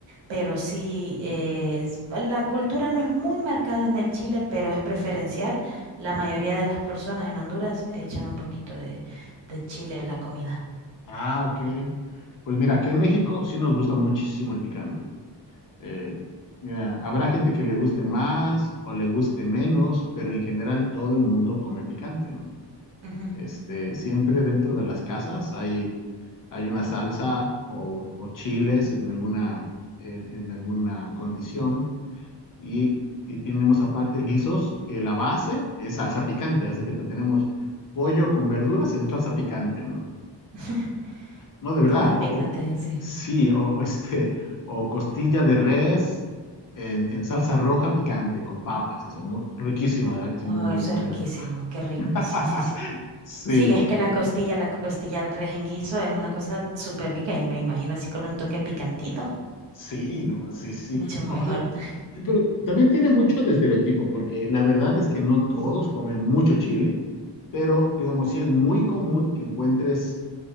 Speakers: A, on the right (about 80°); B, on the left (about 50°).
A: pero sí, eh, es- la cultura no es muy marcada en el Chile, pero es preferencial. La mayoría de las personas en Honduras echan un poquito de, de chile a la comida.
B: Ah, ok. Pues mira, aquí en México sí nos gusta muchísimo el picante. Eh, mira, habrá gente que le guste más o le guste menos, pero en general todo el mundo come picante, ¿no?
A: Ujú,
B: Este, siempre dentro de las casas hay, hay una salsa o, o chiles
A: ujú.
B: en alguna, en, en alguna condición y, y tenemos aparte guisos que la base es salsa picante, así que tenemos pollo con verduras en salsa picante, ¿no?
A: <laughs>
B: No, de verdad.
A: Todo es picante,
B: O, o-
A: sí.
B: sí, o, o este, o costilla de res en, en salsa roja picante con papas. Es muy, riquísimo, de verdad que sí,
A: Oh,
B: muy, muy,
A: eso
B: muy
A: es riquísimo,
B: rico.
A: qué rico,
B: <laughs>
A: sí, sí, sí.
B: Sí,
A: Sí, es que la costilla, la costilla de res en guiso es una cosa súper rica y me imagino así con un toque picantito,
B: sí, no, sí, sí.
A: mucho mejor.
B: O-
A: <laughs>
B: pero también tiene mucho de estereotipo, porque la verdad es que no todos comen mucho chile, pero digamos, sí es muy común que encuentres.